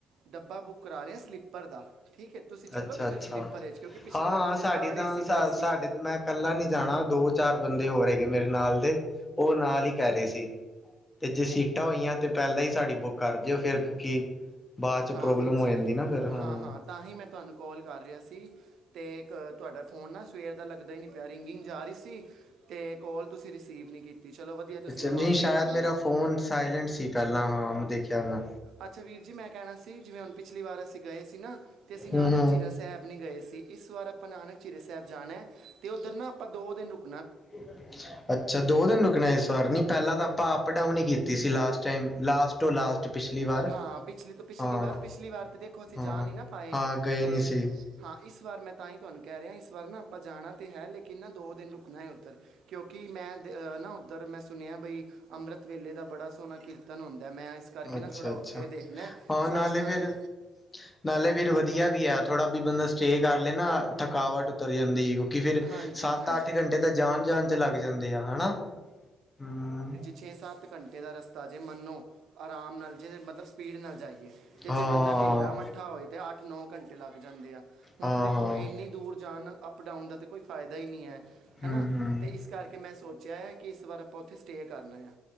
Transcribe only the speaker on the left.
ਅੱਛਾ
ਅੱਛਾ
ਹਾਂ
ਹਾਂ
ਸਾਡੀ
ਤਾਂ
ਸਾ
ਸਾਡੇ
ਮੈਂ ਕੱਲਾ ਨੀ ਜਾਣਾ ਦੋ ਚਾਰ ਬੰਦੇ ਹੋ ਰਹੇਗੇ ਮੇਰੇ ਨਾਲ ਦੇ ਉਹ ਨਾਲ ਹੀ ਕਹਿ ਰਹੇ ਸੀ ਤੇ ਜੇ ਸੀਟਾਂ ਹੋਈਆਂ ਤੇ ਪਹਿਲਾਂ ਹੀ ਸਾਡੀ ਬੁੱਕ ਕਰ ਦਿਓ ਫਿਰ ਕਿਉਂਕਿ ਬਾਅਦ ਚ
ਪ੍ਰੋਬਲਮ
ਹੋ
ਜਾਂਦੀ ਨਾ ਫਿਰ ਹਾਂ
ਅੱਛਾ
ਨਹੀਂ
ਸ਼ਾਇਦ
ਮੇਰਾ ਫੋਨ ਸਾਇਲੈਂਟ ਸੀ ਪਹਿਲਾਂ ਹਾਂ ਮੈਂ ਦੇਖਿਆ ਮੈਂ
ਹੂੰ ਹੂੰ
<unintelligible> ਅੱਛਾ ਦੋ ਦਿਨ ਨੂੰੁਕਣਾ ਇਸ ਵਾਰ ਨੀ ਪਹਿਲਾਂ ਤਾਂ ਆਪਾਂ ਅਪ ਡਾਊਨ ਹੀ ਕੀਤੀ ਸੀ last time last to last ਪਿਛਲੀ ਵਾਰ
ਹਾਂ
ਹਾਂ
ਹਾਂ ਗਏ
ਨਹੀਂ ਸੀ
ਅੱਛਾ
ਅੱਛਾ
ਹਾਂ
ਨਾਲੇ ਫਿਰ ਨਾਲੇ ਫੇਿਰ ਵਧੀਆ ਵੀ ਆ ਥੋੜਾ ਵੀ ਬੰਦਾ ਸਟੇਅ ਕਰ ਲਏ ਨਾ ਥਕਾਵਟ ਉਤਰ ਜਾਂਦੀ ਕਿ ਫਿਰ
ਸੱਤ
ਅੱਠ ਘੰਟੇ ਤਾਂ ਜਾਣ ਜਾਣ ਚ ਲੱਗ ਜਾਂਦੇ ਆ ਹਨਾ ਹਮ
ਹਾਂ
ਹਾਂ
ਹਾਂ
ਹਮ
ਹਮ